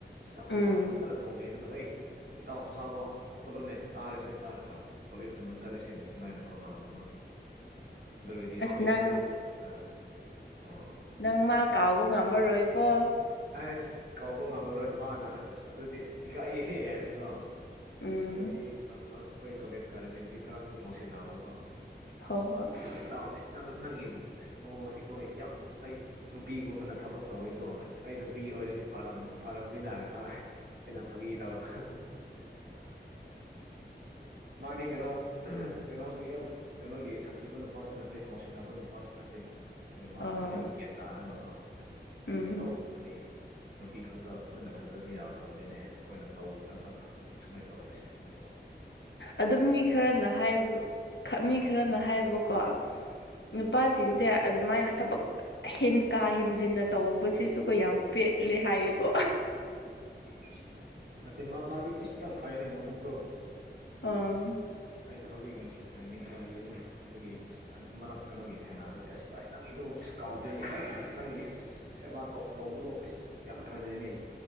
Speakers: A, on the right; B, on the left.
A: ꯆꯥꯛ
B: ꯎꯝ
A: ꯢꯟꯁꯛ ꯐꯖꯅ ꯊꯣꯡꯕꯤꯔꯒ ꯑꯩ ꯏꯇꯥꯎ ꯆꯥꯕ ꯍꯧꯀꯠꯂꯣꯅꯦ ꯆꯥꯔꯁꯦ ꯆꯥꯔꯒ ꯀꯣꯂꯦꯖ ꯑꯃꯨꯛ ꯆꯥꯠꯂꯁꯦꯅ ꯁꯨꯃꯥꯏꯅꯀꯣ ꯉꯥꯡꯕꯗꯣ ꯑꯗꯨꯗꯤ
B: ꯑꯁ
A: ꯑꯩꯈꯣꯏꯁꯨ
B: ꯅꯪ
A: ꯑ ꯑ
B: ꯅꯪ ꯃꯥ ꯀꯥꯎꯕ ꯉꯝꯃꯔꯣꯏꯀꯣ
A: ꯑꯁ ꯀꯥꯎꯕ ꯉꯝꯃꯔꯣꯏ ꯃꯥꯅ ꯑꯁ ꯑꯗꯨꯗꯤ ꯑꯁ ꯏꯀꯥꯏꯑꯦꯍꯦ ꯍꯥꯏꯅ ꯀꯣ
B: ꯎꯝ
A: ꯑꯗꯨꯗꯤ ꯑꯩꯈꯣꯏ ꯀꯣꯂꯦꯖ ꯀꯥꯔꯤꯉꯩꯗꯗꯤ ꯈꯔꯇꯪ ꯉꯧꯁꯤꯟꯅꯑꯕꯀꯣ ꯑꯗꯨꯗꯒꯤ ꯑꯁ
B: ꯍꯣꯏ ꯍꯣꯏ
A: ꯥꯑꯁ ꯏꯇꯥꯎ ꯅꯪ ꯅꯪꯒꯤ ꯑꯁ ꯃꯌꯣꯡꯁꯤ ꯀꯣꯏ ꯌꯥꯝ ꯑꯩ ꯅꯨꯄꯤꯒꯨꯝꯕꯅ ꯊꯕꯛ ꯇꯧꯋꯤꯀꯣ ꯑꯁ ꯑꯩ ꯅꯨꯄꯤ ꯑꯣꯏꯔꯗꯤ ꯐꯥꯔꯝꯃꯤ ꯐꯔꯝꯃꯤꯅ ꯑ ꯑꯩꯅ ꯐꯥꯒꯤ ꯇꯧꯕꯗꯨ ꯃꯥꯗꯤ ꯀꯩꯅꯣ ꯀꯩꯅꯣꯁꯨ ꯌꯥꯝ ꯀꯩꯅꯣꯒꯤ ꯁꯥꯊꯤꯕ ꯅꯨꯄꯥꯁꯨ ꯅꯠꯇꯦ ꯉꯥꯎꯁꯤꯟꯅꯕ ꯅꯨꯄꯥꯁꯨ ꯅꯠꯇꯦ ꯑ ꯃꯥꯅ
B: ꯑꯥ
A: ꯑꯩ ꯌꯥꯝ ꯒ꯭ꯌꯥ ꯇꯥꯅꯒꯀꯣ ꯑꯁ
B: ꯎꯝ
A: ꯁꯨꯃꯥꯏꯅ ꯇꯧ ꯈꯨꯠꯅꯤ ꯅꯨꯄꯤ ꯈꯛꯇ ꯑꯨꯈꯣꯢꯅ ꯊꯥꯖꯕ ꯌꯥꯕ ꯄꯣꯟꯇꯦꯅꯦ ꯑꯩꯈꯣꯏꯅ ꯇꯧꯒꯗꯕ ꯊꯕꯛꯇꯤ ꯁꯨꯃꯥꯏꯅ ꯇꯧꯔꯁꯦ ꯑꯗꯨꯃꯥꯏꯅ ꯇꯧꯁꯦ
B: ꯑꯗꯨꯝ ꯃꯤ ꯈꯔꯅ ꯍꯥꯏꯕ ꯃꯤ
A: ꯎꯝ
B: ꯈꯔꯅ ꯍꯥꯏꯕꯀꯣ ꯅꯨꯄꯥꯁꯤꯡꯁꯦ ꯑꯗꯨꯃꯥꯏꯅ ꯊꯕꯛ ꯀꯥ ꯍꯦꯟꯖꯤꯟꯅ ꯇꯧꯕꯁꯤꯁꯨ ꯀ ꯌꯥꯝ ꯄꯦꯠꯂꯦ ꯍꯥꯏꯌꯦꯀꯣ
A: ꯑꯁ ꯅꯠꯇꯦ ꯃꯥꯗꯤ ꯑꯁ ꯌꯥꯝ ꯐꯩꯅꯦ ꯃꯕꯨꯛꯇꯣ
B: ꯑꯥ
A: ꯑꯁ ꯑꯩꯁꯨ ꯍꯧꯖꯤꯛ ꯅꯤꯡꯁꯤꯡ ꯅꯤꯡꯁꯤꯡꯂꯛꯑꯦ ꯑꯗꯨꯒꯤ ꯑꯁ ꯃꯔꯛ ꯀꯩꯅꯣꯒꯤ ꯊꯦꯡꯅꯥ ꯂꯩꯗꯤ ꯑꯁ ꯚꯥꯏ ꯅꯪꯒꯤꯗꯨ ꯑꯁ ꯀꯥꯎꯗ꯭ꯔꯦꯅꯦ ꯅꯪꯒꯤ ꯑꯁ ꯁꯦꯕꯥ ꯇꯧ ꯇꯧꯕꯗꯣ ꯑꯁ ꯌꯥꯝ ꯐꯖꯩꯅꯦ